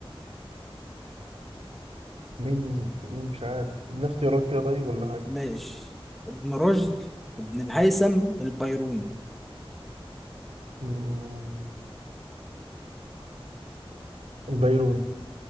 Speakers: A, on the right; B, in the centre.
A: مين مين مش عارف ادينا اختيارات كده طيب ولا حاجة
B: ماشي ابن رشد ابن الهيثم البيروني
A: مم، البيروني